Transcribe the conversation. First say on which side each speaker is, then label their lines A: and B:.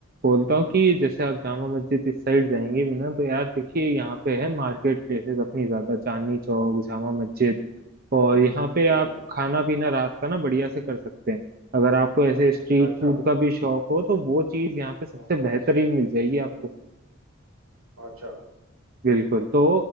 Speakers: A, on the right (about 45°); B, on the right (about 80°).
A: बोलता हूँ कि जैसे आप जामा मस्जिद इस साइड जाएंगे भी ना तो यार देखिए यहाँ पे है मार्केट प्लेसेस अपनी ज्यादा चांदनी चौक जामा मस्जिद और यहाँ पे
B: हम्म
A: आप
B: हम्म
A: खाना पीना रात का ना बढ़िया से कर सकते हैं अगर आपको ऐसे स्ट्रीट
B: अच्छा
A: फूड का भी शौक हो तो वो चीज़ यहाँ पे सबसे
B: हम्म,
A: बेहतरीन मिल जाएगी आपको
B: अच्छा
A: बिल्कुल
B: अ,
A: तो